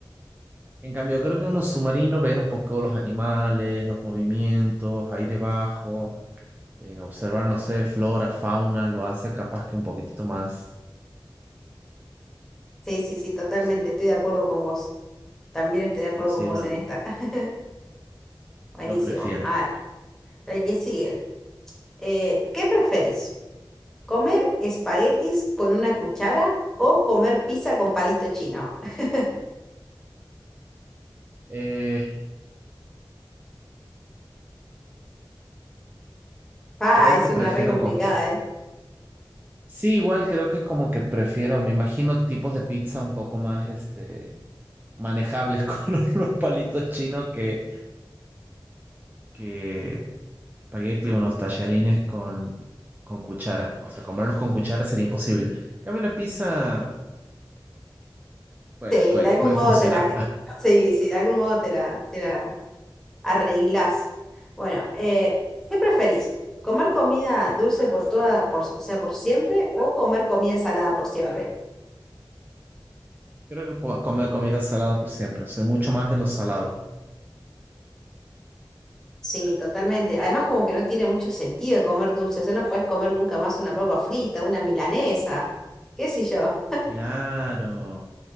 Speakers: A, on the right (about 20°); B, in the centre.
A: En cambio, creo que uno submarino, ver un poco los animales, los movimientos ahí debajo, eh, observar, no sé, flora, fauna, lo hace capaz que un poquitito más,
B: Sí, sí,
A: eh,
B: sí, totalmente.
A: no sé,
B: Estoy de acuerdo con vos. También estoy de acuerdo
A: pero sí,
B: con vos
A: no,
B: en
A: no,
B: esta. <laughs> Buenísimo.
A: yo prefiero.
B: A ver, el que sigue. Eh, ¿qué preferís? ¿Comer espaguetis con una cuchara o comer pizza con palito chino? <laughs>
A: Eh,
B: Ah,
A: creo
B: es
A: que
B: una
A: prefiero
B: re complicada,
A: comer.
B: ¿eh?
A: Sí, igual creo que es como que prefiero, me imagino tipos de pizza un poco más, este manejables con <laughs> unos palitos chinos que, que espagueti o unos tallarines con, con cuchara. O sea, comerlos con cuchara sería imposible. En cambio, la pizza puede,
B: Sí,
A: puede,
B: de algún
A: puede
B: modo
A: funcionar.
B: te la... Sí, sí, de algún modo te la, te la arreglás. Bueno, eh, ¿qué preferís? ¿Comer comida dulce por toda, por, o sea, por siempre o comer comida salada por siempre?
A: Creo que puedo comer comida salada por siempre. Soy mucho más de lo salado.
B: Sí, totalmente. Además, como que no tiene mucho sentido comer dulce. O sea, no puedes comer nunca más una papa frita, una milanesa, qué sé yo.
A: Claro.